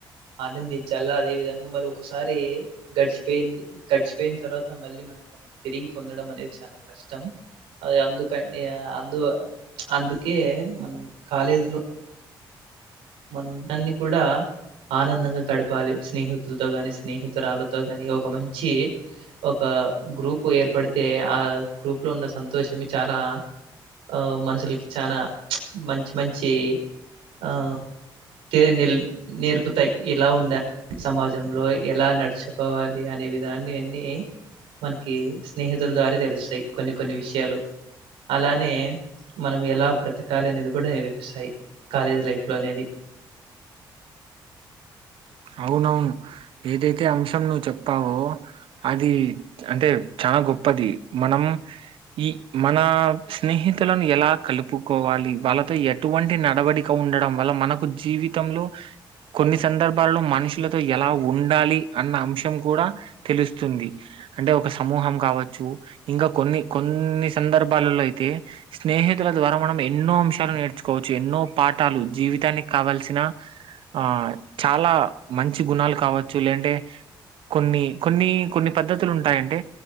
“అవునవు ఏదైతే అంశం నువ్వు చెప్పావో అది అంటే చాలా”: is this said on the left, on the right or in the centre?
Right